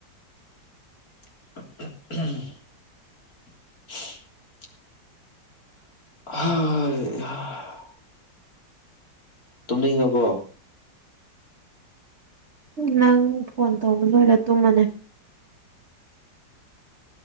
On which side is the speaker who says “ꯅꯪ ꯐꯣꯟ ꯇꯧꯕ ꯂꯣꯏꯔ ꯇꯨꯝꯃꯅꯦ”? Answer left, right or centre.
Right